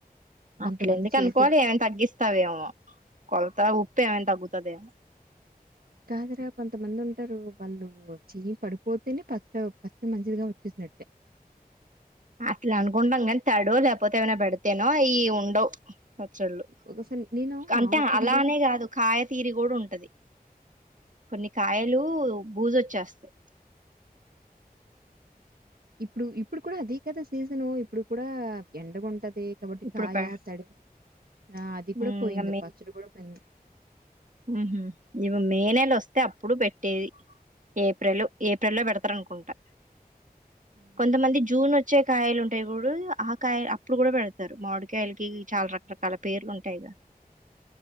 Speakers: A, on the right (about 70°); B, on the right (about 55°).
A: కొంతమంది
B: అట్లు ఎందుకు అనుకోవాలి
A: చేతులు
B: ఏమన్న తగ్గిస్తావేమో కొ ర ఉప్పేఎమన్నా తగుతదేమో
A: కాదురా కొంతమంది ఉంటరు వాళ్ళు చెయ్యి పడిపోతేనే పచ్చ పచ్చడి మంచిదిగా వచ్చే నట్ట
B: అట్లా అనుకుంటాం గానీ తడు లేకపోతే ఏమైనా పెడితేనో ఈ ఉండవు పచ్చళ్ళు
A: ఒకసారి నేను
B: అంత
A: ఆవు పిండి
B: అలానే కాదు కాయతీరి కూడా ఉంటది కొన్ని కాయలు బూజువచ్చేస్తాయి
A: ఇప్పుడు ఇప్పుడు కూడా అదే కదా సీజను ఇప్పుడు కూడా ఎండగా ఉంటది కాబట్టి
B: ఇప్పుడు
A: కాయ
B: ప
A: తడి ఆ అది
B: ఇంగ
A: కూడా పోయింది పచ్చడి కూడా పోయింది
B: ఉహ ఇ మే నెల వస్తే అప్పుడు పెట్టేది ఏప్రిల్ ఏప్రిల్లో పెడతారు అనుకుంటా
A: హ్మ్.
B: కొంతమంది జూన్ వచ్చి వచ్చే కాయలు ఉంటాయి కూడా ఆ కాయలు అప్పుడు కూడా పెడతారు మామిడికాయలకి చాలా రకరకాల పేర్లు ఉంటాయిగా